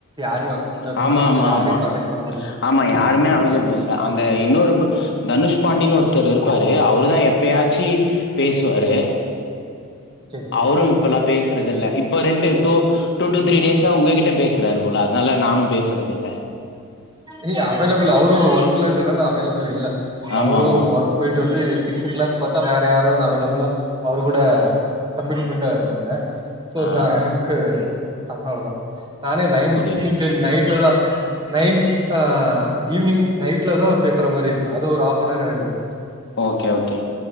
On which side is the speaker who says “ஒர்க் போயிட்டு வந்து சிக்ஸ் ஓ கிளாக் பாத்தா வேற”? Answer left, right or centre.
Right